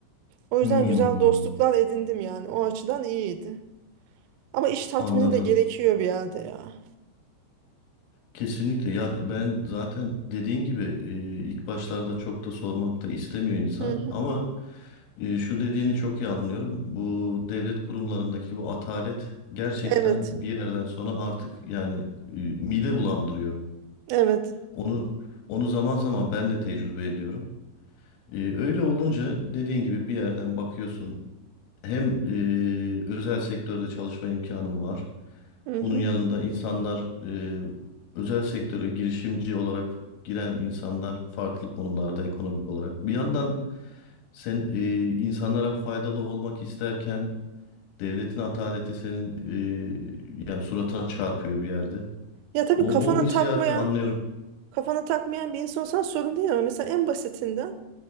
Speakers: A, on the right (about 85°); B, on the left (about 85°).
A: O yüzden
B: Hmm,
A: güzel dostluklar edindim yani. O açıdan iyiydi. Ama iş tatmini
B: anladım.
A: de gerekiyor bir yerde ya.
B: Kesinlikle. Ya ben zaten dediğin gibi e, ilk başlarda çok da sormak da istemiyor insan.
A: Hı hı.
B: Ama e, şu dediğini çok iyi anlıyorum. Bu devlet kurumlarındaki bu atalet gerçekten
A: Evet.
B: bir yerden sonra artık yani e, mide bulandırıyor.
A: Evet.
B: Onu onu zaman zaman ben de tecrübe ediyorum. Ee, öyle olunca dediğin gibi bir yerden bakıyorsun. Hem e, özel sektörde çalışma imkanım var.
A: Hı hı.
B: Bunun yanında insanlar e, özel sektöre girişimci olarak giren insanlar farklı konumlarda ekonomik olarak. Bir yandan sen e, insanlara faydalı olmak isterken devletin ataleti senin e, yani suratına çarpıyor bir yerde.
A: Ya tabii
B: O,
A: kafana
B: o hissiyatı
A: takmayan,
B: anlıyorum.
A: kafana takmayan bir insansan sorun değil ama mesela en basitinden